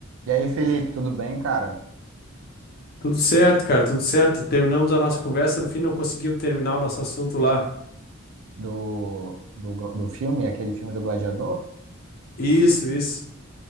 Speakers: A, on the right; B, on the left.
A: E aí, Felipe, tudo bem, cara?
B: Tudo certo, cara, tudo certo. Terminamos a nossa conversa, no fim não conseguimos terminar o nosso assunto lá.
A: Do, do, do filme, aquele filme do Gladiador?
B: Isso, isso.